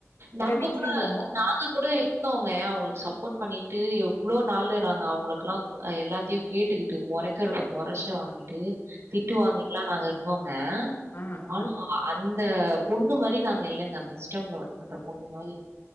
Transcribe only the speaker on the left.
வீட்லயு
ம்
ஆ ஆ